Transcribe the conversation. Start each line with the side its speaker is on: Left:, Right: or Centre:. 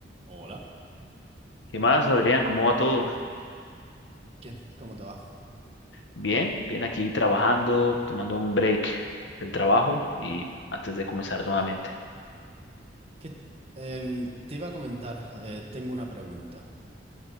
Right: Hola.
Left: ¿Qué más, Adrián? ¿Cómo va todo?
Right: ¿Qué? ¿Cómo te va?
Left: Bien, bien aquí trabajando, tomando un break del trabajo y antes de comenzar nuevamente.
Right: ¿Qué- em, te iba a comentar, eh, tengo una pregunta.